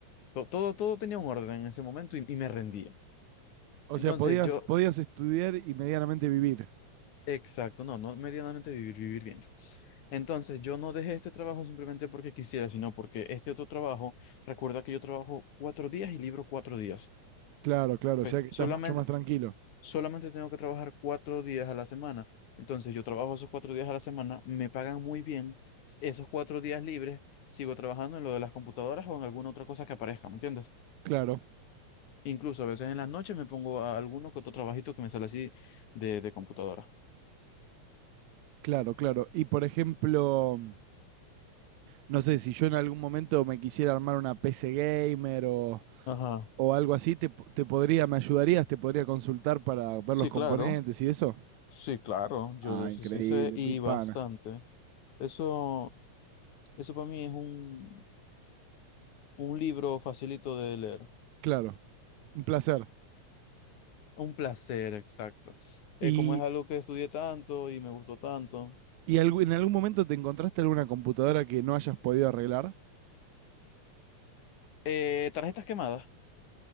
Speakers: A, on the left; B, on the right.
A: To- Todo, todo tenía un orden en ese momento y, y me rendía.
B: O
A: Entonces
B: sea, podías,
A: yo,
B: podías estudiar y medianamente vivir.
A: exacto, no, no medianamente vivir, vivir bien. Entonces yo no dejé este trabajo simplemente porque quisiera, sino porque este otro trabajo, recuerda que yo trabajo cuatro días y libro cuatro días.
B: Claro, claro.
A: ¿ok?
B: O sea que estás
A: Solamente,
B: mucho más tranquilo.
A: solamente tengo que trabajar cuatro días a la semana. Entonces yo trabajo esos cuatro días a la semana, me pagan muy bien. Esos cuatro días libres, sigo trabajando en lo de las computadoras o en alguna otra cosa que aparezca, ¿me entiendes?
B: Claro,
A: Incluso a veces en las noches me pongo a alguno que otro trabajito que me sale así de, de computadora.
B: claro, claro. Y por ejemplo, no sé, si yo en algún momento me quisiera armar una PC gamer o,
A: Ajá.
B: o algo así, te, po- te podría, me ayudarías, te podría consultar para ver
A: Sí,
B: los componentes
A: claro.
B: y eso.
A: Sí, claro. Yo
B: Ah,
A: de eso
B: increíble,
A: sí sé y
B: pipana.
A: bastante. Eso, eso para mí es un, un libro facilito de leer.
B: Claro, un placer.
A: Un placer, exacto.
B: ¿Y,
A: Eh, como es algo que estudié tanto y me gustó tanto.
B: y algu- en algún momento te encontraste alguna computadora que no hayas podido arreglar?
A: Eh, tarjetas quemadas.